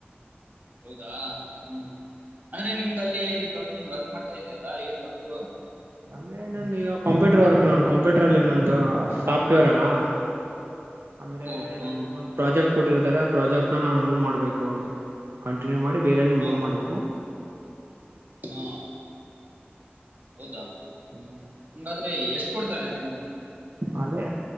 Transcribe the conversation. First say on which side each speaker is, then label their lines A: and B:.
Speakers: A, on the right (about 45°); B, on the right (about 75°).
A: ಹೌದಾ ಹ್ಮ್ ಹ್ಮ್ ಅಂದ್ರೆ ನಿಮ್ದಲ್ಲಿ ಇವಾಗ ನೀನ್ ವರ್ಕ್ ಮಾಡ್ತಾ ಇದ್ಯಲ್ಲಾ ಏನ್ ವರ್ಕ್
B: ಅಂದ್ರೆ ನಂದು ಕಂಪ್ಯೂಟರ್ ವರ್ಕ್ ನ ಕಂಪ್ಯೂಟರ್ ಅಲ್ಲಿ ನಂದು ಸಾಫ್ಟ್ವೇರ್ ಅಲ್ಲಾ ಅಂದ್ರೆ
A: ಓ ಹಾ ಹಾ
B: ಒಂದ್ ಪ್ರಾಜೆಕ್ಟ್ ಕೊಟ್ಟಿರ್ತಾರೆ ಆ ಪ್ರಾಜೆಕ್ಟ್ ನ ನಾವು ಮೂವ್ ಮಾಡ್ಬೇಕು ಅದು ಕಂಟಿನ್ಯೂ ಮಾಡಿ ಬೇರೆಯವ್ರಿಗೆ
A: ಹಾ
B: ಮೂವ್ ಮಾಡಬೇಕು
A: ಹಾ ಹೌದಾ
B: ಹ್ಮ್ <inaudible>
A: ಹಂಗಾದ್ರೆ ಎಷ್ಟ್ ಕೊಡ್ತಾರೆ ನಮ್ದಗೆ
B: ಅದೇ